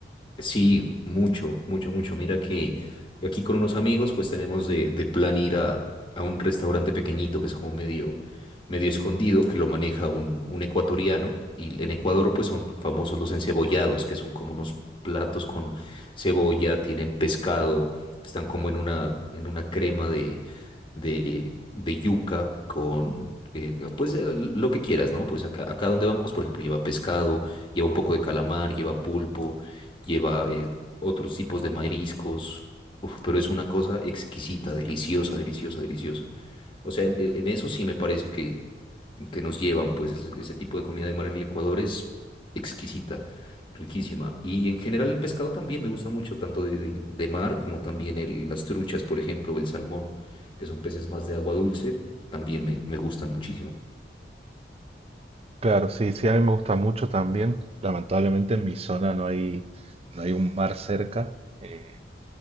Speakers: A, on the left (about 30°); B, on the right (about 35°).
A: Sí, mucho, mucho, mucho. Mira que que aquí con unos amigos pues tenemos de, de plan ir a, a un restaurante pequeñito que es como medio, medio escondido, que lo maneja un, un ecuatoriano. Y en Ecuador pues son famosos los encebollados, que son como unos platos con cebolla, tienen pescado, están como en una, en una crema de, de, de yuca con... eh, pues eh, lo que quieras, ¿no? Pues acá, acá donde vamos, por ejemplo, lleva pescado, lleva un poco de calamar, lleva pulpo, lleva eh, otros tipos de mariscos, Uf, pero es una cosa exquisita, deliciosa, deliciosa, deliciosa. O sea, en, en eso sí me parece que, que nos llevan, pues ese, ese tipo de comida de mar en el Ecuador es exquisita, riquísima. Y en general el pescado también me gusta mucho, tanto de, de- de mar como también el- las truchas, por ejemplo, o el salmón, que son peces más de agua dulce, también me, me gustan muchísimo.
B: Claro, sí, sí, a mí me gusta mucho también. Lamentablemente en mi zona no hay, no hay un mar cerca. eh,